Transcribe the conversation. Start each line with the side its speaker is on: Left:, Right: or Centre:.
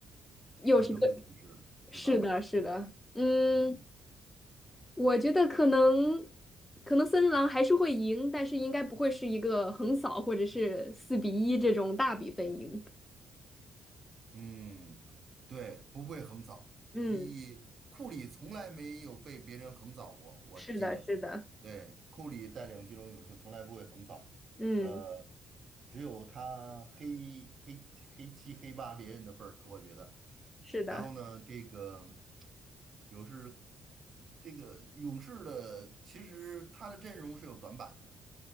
Left: 又是个，
Right: 上升的趋势，
Left: 是的，
Right: 对吧？
Left: 是的，嗯。
Right: 嗯
Left: 我觉得可能，可能森林狼还是会赢，但是应该不会是一个横扫或者是四比一这种大比分赢。
Right: 嗯，对，不会横扫。咦，
Left: 嗯，
Right: 库里从来没有被别人横扫过，我记得。
Left: 是的，是的，
Right: 对，库里带领金州勇士从来不会横扫，
Left: 嗯，
Right: 呃，只有他黑黑黑七黑八别人的份儿，我觉得。
Left: 是的，
Right: 然后呢，这个就是这个勇士的，其实他的阵容是有短板的。